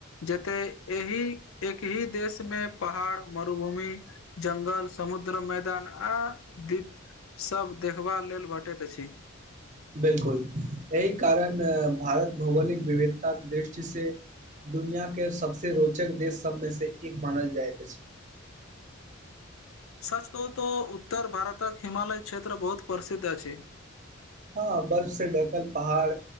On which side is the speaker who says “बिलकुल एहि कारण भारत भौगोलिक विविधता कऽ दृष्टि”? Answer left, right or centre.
Right